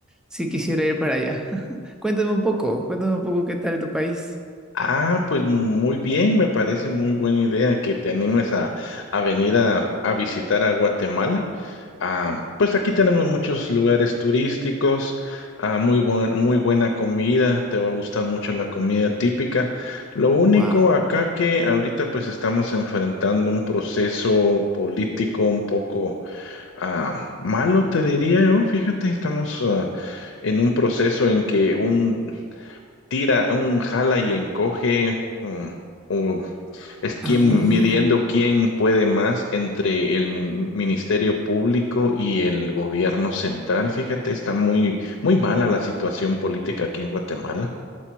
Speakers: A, in the centre; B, on the left (about 85°).
A: sí quisiera ir para allá. <laughs> Cuéntame un poco, cuéntame un poco qué tal tu país.
B: Ah, pues muy bien, me parece muy buena idea que te animes a, a venir a, a visitar a Guatemala. Ah, pues aquí tenemos muchos lugares turísticos, ah, muy buen- muy buena comida, te va a gustar mucho la comida típica. Lo único
A: Wow.
B: acá que ahorita pues estamos enfrentando un proceso político un poco ah, malo, te diría yo. Fíjate, estamos ah, en un proceso en que un tira, un jala y encoge, o, o es quien
A: Ah,
B: midiendo quién puede más entre el min- Ministerio Público y el gobierno central. Fíjate, está muy, muy mala la situación política aquí en Guatemala.